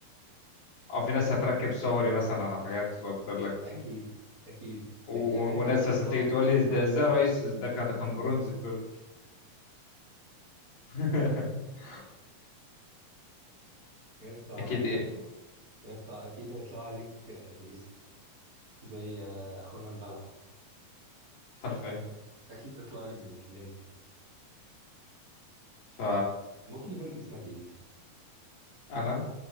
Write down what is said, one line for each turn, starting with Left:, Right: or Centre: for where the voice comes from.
Left: أو في ناس هتركب صوري مثلا على حاجات وتقول لك
Right: أكيد أكيد
Left: و-
Right: أكيد أنا عايز
Left: وناس
Right: أعرف هيطلعوا
Left: بس تيجي تقول
Right: هيطلعوا
Left: لي ده ازاي رئيس
Right: <laughs>
Left: ده كان ده كان برونز في لول <laughs>
Right: يا اسطى
Left: اكيد ايه
Right: يا اسطى اكيد هيطلعوا عليك باسم زي آه، اخونا البلح
Left: حرفيا
Right: اكيد يطلع لك باسم لازم
Left: ف
Right: ممكن يكون اسمك ايه
Left: انا